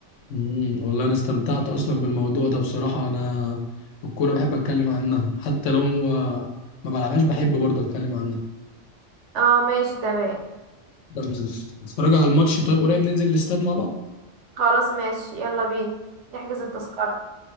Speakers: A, on the left (about 80°); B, on the right (about 75°).
A: امم والله انا استمتعت اصلا بالموضوع ده بصراحه انا الكوره بحب اتكلم عنها حتى لو آه، ما بلعبهاش بحب برضه اتكلم عنها
B: اه ماشي تمام
A: ده بس- هتتفرجي على الماتش طيب قريب ننزل الاستاد مع بعض
B: خلاص ماشي يلا بينا نحجز التذكره